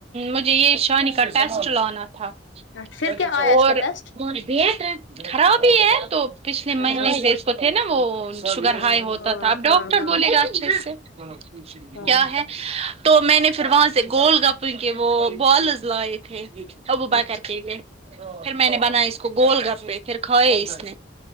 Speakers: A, on the right (about 35°); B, on the left (about 75°).
A: مجھے یہ شانی کا ٹیسٹ لانا تھا
B: ہاں، پھر کیا آیا
A: اور
B: اس کا ٹیسٹ
A: م بھیت ہے خراب ہی ہے تو پچھلے
B: اچھا
A: مہینے تھے نا وہ شوگر
B: ہاں
A: ہائی ہوتا
B: ہاں
A: تھا اب ڈاکٹر
B: ہاں ہاں
A: بولے گا اچھے سے اور کچھ نہیں
B: ہاں
A: کیا ہے تو میں نے پھر وہاں سے گول گپ کے وہ بالز لائے تھے ابوبکر
B: اچھا
A: کیلیے پھر میں نے بنا یے اس کے گول گپپے پھر کھائے اس نے